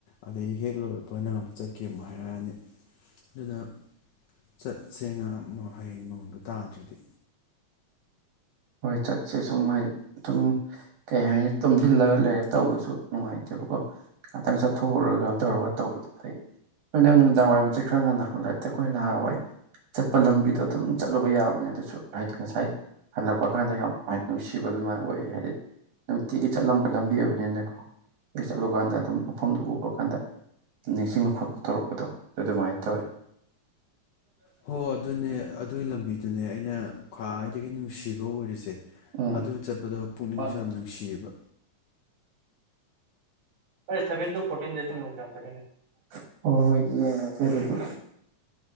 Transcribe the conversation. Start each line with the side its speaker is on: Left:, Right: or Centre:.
Left: ꯑꯗꯩ ꯍꯦꯛ ꯂꯣꯏꯔꯛꯄ ꯅꯪ ꯑꯃꯨꯛ ꯆꯠꯀꯦ ꯑꯃꯨꯛ ꯍꯥꯏꯔꯛ ꯑꯅꯤ ꯑꯗꯨꯅ ꯆꯠꯁꯦ ꯍꯌꯦꯡ ꯅꯣꯡꯗ ꯇꯥꯗ꯭ꯔꯗꯤ
Right: ꯍꯣꯏ ꯆꯠꯁꯦ ꯁꯨꯝ ꯍꯥꯏ ꯑꯗꯨꯝ ꯀꯩ ꯍꯥꯏꯅꯤ ꯇꯨꯝꯁꯤꯜꯂꯒ ꯂꯩꯔꯦ ꯇꯧꯕꯁꯨ ꯅꯨꯡꯉꯥꯏꯇꯦꯕꯀꯣ ꯉꯥꯛꯇꯪ ꯆꯠꯊꯣꯛꯎꯨꯔꯒ ꯇꯧꯔꯒ ꯇꯧꯕꯗꯣ ꯐꯩ ꯅꯣꯏ ꯅꯪ ꯅꯨꯃꯤꯗꯥꯡ ꯋꯥꯏꯔꯝꯁꯦ ꯈꯔ ꯉꯟꯅ ꯍꯪꯂꯛꯑꯗꯤ ꯑꯩꯈꯣꯏ ꯅꯍꯥꯟꯋꯥꯏ ꯆꯠꯄ ꯂꯝꯕꯤꯗꯣ ꯑꯗꯨꯝ ꯆꯠꯂꯨꯕ ꯌꯥꯕꯅꯦ ꯑꯗꯨꯁꯨ ꯍꯥꯏꯗꯤ ꯉꯁꯥꯏ ꯍꯜꯂꯛꯄ ꯀꯥꯟꯗ ꯌꯥꯝ ꯅꯨꯡꯁꯤꯕ ꯑꯗꯨꯃꯥꯏꯅ ꯑꯣꯏ ꯍꯥꯏꯗꯤ ꯅꯨꯡꯇꯤꯒꯤ ꯆꯠꯂꯝꯕ ꯂꯝꯕꯤ ꯑꯣꯏꯕꯅꯤꯅꯀꯣ ꯍꯦꯛ ꯆꯠꯂꯨ ꯀꯥꯟꯗ ꯑꯗꯨꯝ ꯃꯐꯝꯗꯨ ꯎꯕ ꯀꯥꯟꯗ ꯅꯤꯡꯁꯤꯡꯕ ꯈꯣꯠꯄ ꯇꯧꯔꯛꯄꯗꯣ ꯑꯗꯨ ꯑꯗꯨꯃꯥꯏꯅ ꯇꯧꯋꯤ
Left: ꯍꯣ ꯑꯗꯨꯅꯦ ꯑꯗꯨꯒꯤ ꯂꯝꯕꯤꯗꯨꯅꯦ ꯑꯩꯅ ꯈ꯭ꯋꯥꯏꯗꯒꯤ ꯅꯨꯡꯁꯤ ꯅꯨꯡꯁꯤꯕ ꯑꯣꯏꯔꯤꯁꯦ
Right: ꯎꯝ
Left: ꯑꯗꯨ ꯆꯠꯄꯗꯣ ꯄꯨꯛꯅꯤꯡꯁꯨ
Right: ꯍꯣꯏ
Left: ꯌꯥꯝ ꯅꯨꯡꯁꯤꯌꯦꯕ
Right: ꯍꯣꯏ ꯁꯕꯦꯟ ꯇꯨ ꯐꯣꯔꯇꯤꯟ ꯗꯦꯁꯀꯨꯝꯕ ꯆꯪꯂꯛꯀꯅꯤ ꯍꯣ ꯌꯦꯡ ꯑꯁꯦ ꯑꯗꯨꯗꯤ